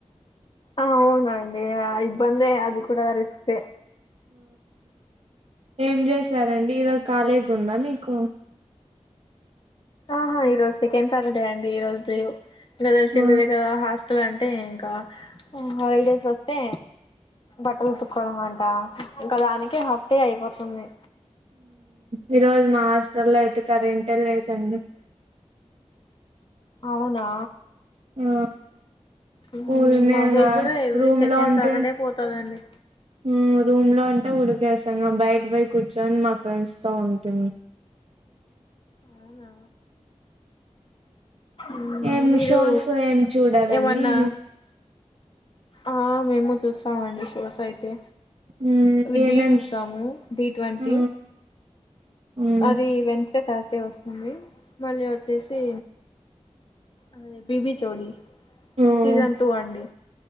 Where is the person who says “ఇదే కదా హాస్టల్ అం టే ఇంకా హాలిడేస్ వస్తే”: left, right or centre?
Left